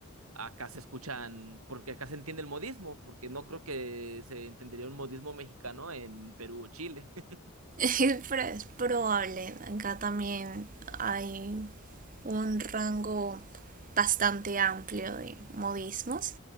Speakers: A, on the right (about 85°); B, on the right (about 40°).
A: acá se escuchan, porque acá se entiende el modismo, porque no creo que se entendería un modismo mexicano en Perú o Chile. <laughs>
B: <laughs> Pero es probable. Acá también hay un rango bastante amplio de modismos.